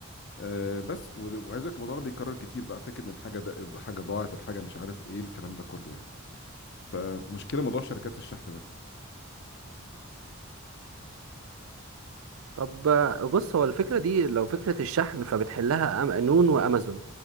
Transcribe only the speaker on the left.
أه بس و... وعايز اقول لك الموضوع ده بيتكرر كتير بقى فكره ان الحاجه ده حاجه ضاعت الحاجه مش عارف ايه الكلام ده كله يعني فمشكله موضوع شركات الشحن ده